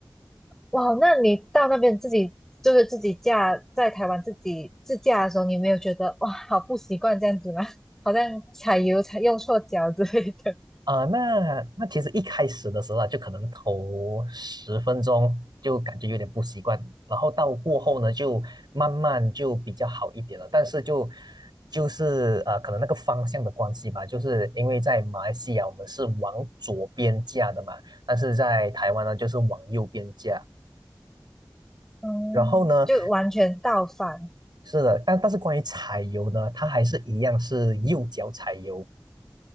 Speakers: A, in the centre; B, on the right.
A: 哇，那你到那边自己就是自己驾，在台湾自己自驾的时候，你有没有觉得哇，好不习惯这样子吗？<laughs> 好像踩油踩用错脚之类的，
B: 啊、那那其实一开始的时候啊，就可能头十分钟就感觉有点不习惯，然后到过后呢，就慢慢就比较好一点了。但是就就是呃，可能那个方向的关系吧，就是因为在马来西亚我们是往左边架的嘛，但是在台湾呢就是往右边架。
A: 嗯，
B: 然后呢，
A: 就完全倒反。
B: 是的，但但是关于踩油呢，它还是一样是右脚踩油。